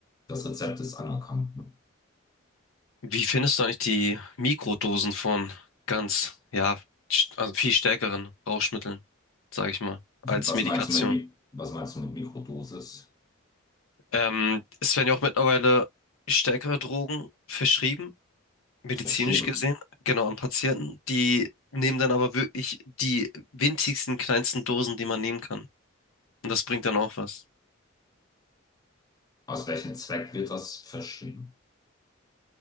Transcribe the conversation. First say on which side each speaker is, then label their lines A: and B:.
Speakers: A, on the left; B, on the left.
A: das Rezept ist anerkannt. ne?
B: Wie findest du eigentlich die Mikrodosen von ganz, ja, st- also viel stärkeren Rauschmitteln, sage ich mal, als
A: Was
B: Medikation?
A: meinst du mit, Mi- was meinst du mit Mikrodosis?
B: Ähm, es werden ja auch mittlerweile stärkere Drogen verschrieben. medizinisch
A: Verschrieben.
B: gesehen, genau, an Patienten. Die nehmen dann aber wirklich die winzigsten, kleinsten Dosen, die man nehmen kann. Und das bringt dann auch was.
A: Aus welchem Zweck wird das verschrieben?